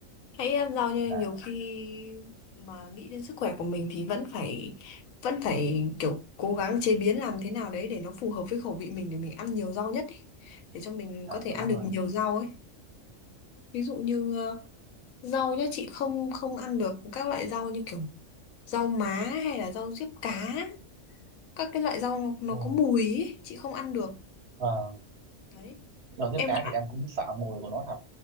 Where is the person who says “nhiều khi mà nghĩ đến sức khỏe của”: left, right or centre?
Left